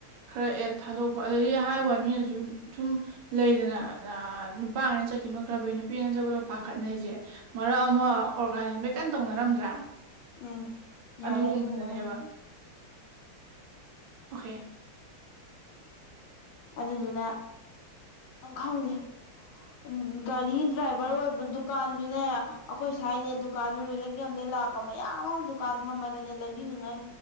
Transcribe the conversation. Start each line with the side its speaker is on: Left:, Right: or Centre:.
Right: ꯈꯔ ꯑꯦ ꯊꯥꯗꯣꯛꯄ ꯑꯗꯩꯗꯤ ꯍꯥꯏꯍ ꯋꯥ ꯃꯤꯅꯁꯨ ꯁꯨꯝ ꯂꯩꯗꯅ ꯅꯨꯄꯥ ꯉꯅ ꯆꯠꯈꯤꯕꯅꯣ ꯈ꯭ꯔꯕꯩ ꯅꯨꯄꯤꯉꯅ ꯆꯠꯄ꯭ꯔꯣ ꯄꯥꯈꯠꯅꯩꯁꯦ ꯃꯔꯛ ꯑꯃ ꯑꯣꯔꯒꯥꯟ ꯀꯟꯅ ꯇꯧꯅꯔꯝꯗ꯭ꯔꯥ
Left: ꯎꯝ ꯌꯥꯔꯦ
Right: ꯑꯗꯨꯒꯨꯝꯕꯗꯅꯦꯕ
Left: ꯑꯗꯨꯒꯨꯝꯕ
Right: ꯑꯣꯍꯦ
Left: ꯑꯗꯨꯗꯨꯅ ꯑ ꯈꯪꯗꯦ ꯎꯝ ꯒꯥꯔꯤ ꯗ꯭ꯔꯥꯏꯚꯔ ꯑꯣꯏꯕ ꯗꯨꯀꯥꯟꯗꯨꯅꯦ ꯑꯩꯈꯣꯏ ꯁꯥꯏꯁꯦ ꯗꯨꯀꯥꯟꯗꯨ ꯂꯩꯂꯛ ꯀꯝꯗ ꯂꯥꯛꯀ ꯃꯌꯥꯝ ꯑꯃ ꯗꯨꯀꯥꯟ ꯐꯝꯃꯗꯅꯦ ꯂꯩꯕꯤꯅꯤꯡꯉꯥꯏ